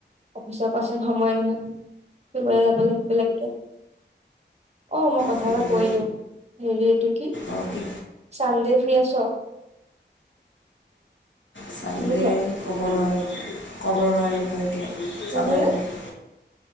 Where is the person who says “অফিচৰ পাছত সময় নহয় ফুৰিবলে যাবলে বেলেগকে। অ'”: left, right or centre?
Right